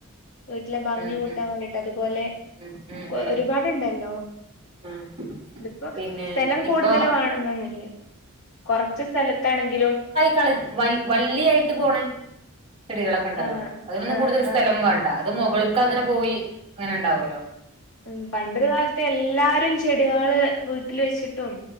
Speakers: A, on the left; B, on the right.
A: വീട്ടിലെ ഭംഗി
B: ഉം
A: കൂട്ടാൻ
B: ഉം
A: വേണ്ടിട്ട് അതുപോലെ
B: ഉം ഉം
A: കൊ
B: ഉം
A: ഒരുപാടുണ്ടല്ലോ
B: ഉം
A: ഇതിപ്പൊ
B: പിന്നെ
A: സ്ഥലം
B: ഇപ്പൊ
A: കൂടുതൽവേണോന്നൊന്നില്ല കൊറച്ച് സ്ഥലത്താണെങ്കിലും
B: കള് വൽ വള്ളിയായിട്ട് പോണേ ചെടികളൊക്കെണ്ടല്ലോ
A: ആഹ്
B: അതിനൊന്നും
A: ആഹ്
B: കൂടുതൽ സ്ഥലം
A: ആഹ്
B: വേണ്ട അത് മുകളി ക്ക് അങ്ങനെ
A: ആഹ്
B: പോയി അങ്ങനെണ്ടാവുല്ലോ
A: ഉം പണ്ടൊരു കാലത്ത് എല്ലാരും ചെടികള് വീട്ടില് വെച്ചിട്ടും